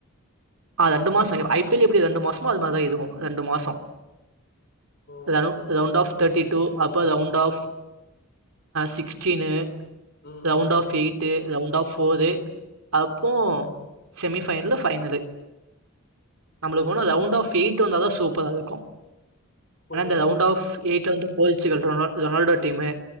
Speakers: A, on the right; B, on the left.
A: ஆ ரெண்டு மாச ஐ பி எல் எப்டி ரெண்டு மாஸ்ஸமோ அது மார்தா இதுவு ரெண்டு மாசோ
B: okay
A: ரவ்
B: okay
A: round
B: bro
A: of thirty two அப்ப ரவுண்ட் ஆஃப் சிக்ஸ்ட்டீன்னு
B: ம்
A: round
B: ம்
A: of eight to round of four அப்போ செமி ஃபைனல்லு ஃபைனலு நம்புளுக் ஒனா ரவுண்ட் ஆஃப் எயிட்டு வந்தாதா சூப்பராருக்கு
B: கொஞ்சோ
A: எனா இந்த ரவுண்ட் ஆஃப் எய்ட்ல வந்து போர்ச்சுக்கல் ரொனால் ரொனால்டோ டீமு